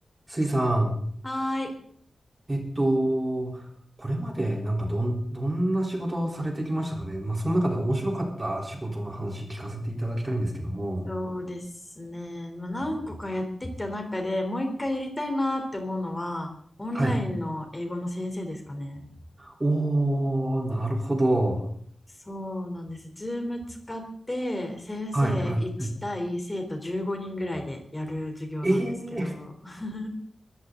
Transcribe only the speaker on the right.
スイさん、
えっと、これまでなんかどん、どんな仕事をされてきましたかね。まあ、その中で面白かった仕事の話聞かせていただきたいんですけども。
はい。おー、なるほど。
はい、はい、はい。ええー、